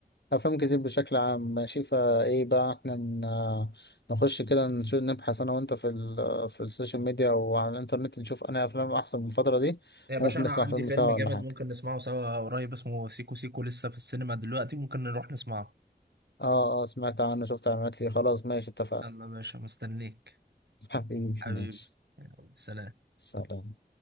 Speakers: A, on the left (about 80°); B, on the right (about 75°).
A: أفلام كتير بشكل عام ماشي فإيه بقى إحنا ن- نخش كده نشوف نبحث أنا وأنت في ال في السوشيال ميديا وعلى الإنترنت نشوف أنا أفلام أحسن من الفترة دي
B: يا باشا
A: ممكن
B: انا
A: نسمع
B: عندي
A: فيلم
B: فيلم
A: سوا
B: جامد
A: ولا حاجة
B: ممكن نسمعه سوا قريب اسمه سيكو سيكو لسه في السينما دلوقتي ممكن نروح نسمعه
A: آه آه سمعت عنه شفت إعلانات ليه خلاص ماشي اتفقنا
B: يلا يا باشا مستنيك
A: <laughs> حبيبي
B: حبيبي
A: ماشي
B: يلا، سلام
A: سلام